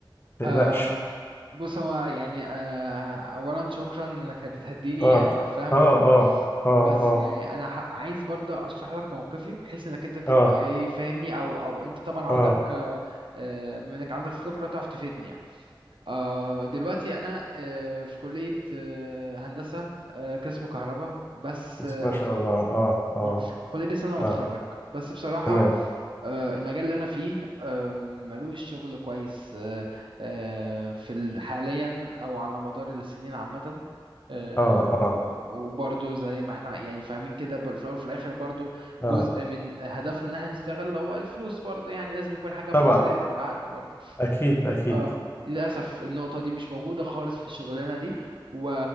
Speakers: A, on the right; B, on the left.
A: آه
B: تقلقش
A: بص هو يعني آه أولا شكرا إنك بتهديني
B: اه
A: أنا فاهمك
B: اه
A: و...
B: اه اه
A: بس
B: اه
A: يعني أنا ح... عايز برضه أشرح لك موقفي بحيث إنك أنت تبقى
B: اه
A: إيه فاهمني أو أو أنت طبعا عندك
B: اه
A: آه آه، بما إنك عندك خبرة تعرف تفيدني يعني آه دلوقتي أنا آه في كلية آه هندسة آه قسم كهرباء بس
B: بس
A: آه
B: ما
A: وف...
B: شاء الله اه اه
A: آه فاضل لي سنة وأتخرج
B: اه
A: بس بصراحة
B: تمام
A: آه، المجال اللي انا فيه آم، ملوش شغل كويس آه، آه، في ال- حاليا او على مدار السنين عامه آه،
B: اه اه
A: وبرضو زي ما احنا يعني فاهمين كده بال- في الاول وفي الاخر برضو جزء
B: اه
A: من هدفنا ان احنا نشتغل هو الفلوس برضو يعني لازم يكون حاجه مجزيه
B: طبعا
A: بالعقل برضو
B: اكيد اكيد
A: اه للأسف النقطة دي مش موجودة خالص في الشغلانة دي و...